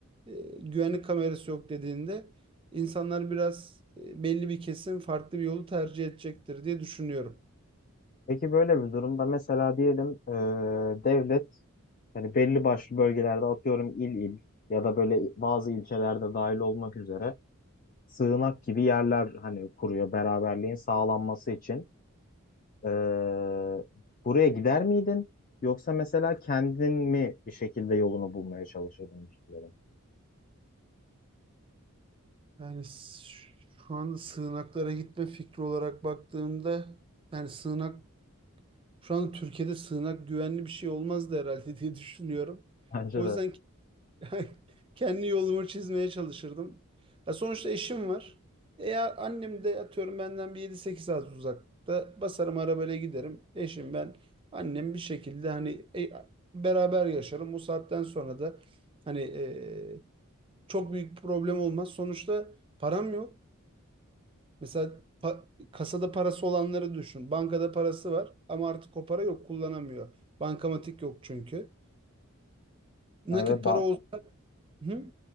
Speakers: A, on the right; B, on the left.
A: e, güvenlik kamerası yok dediğinde insanlar biraz e, belli bir kesim farklı bir yolu tercih edecektir diye düşünüyorum.
B: Peki böyle bir durumda mesela diyelim ee, devlet hani belli başlı bölgelerde atıyorum il il ya da böyle bazı ilçelerde dahil olmak üzere sığınak gibi yerler hani kuruyor beraberliğin sağlanması için. Ee, buraya gider miydin? Yoksa mesela kendin mi bir şekilde yolunu bulmaya çalışırdın bir şeylerin?
A: Yani s- şu anda sığınaklara gitme fikri olarak baktığımda yani sığınak Şu an Türkiye'de sığınak güvenli bir şey olmazdı herhalde diye düşünüyorum.
B: Bence
A: O
B: de.
A: yüzden ke- <laughs> kendi yolumu çizmeye çalışırdım. Ya sonuçta eşim var. Eğer annem de atıyorum benden bir yedi 8 saat uzakta basarım arabayla giderim. Eşim ben annem bir şekilde hani e, beraber yaşarım. O saatten sonra da hani e, çok büyük bir problem olmaz. Sonuçta param yok. Mesela pa- kasada parası olanları düşün. Bankada parası var ama artık o para yok kullanamıyor. Bankamatik yok çünkü. Nakit
B: Yani ve ba-
A: para olsun. Hı?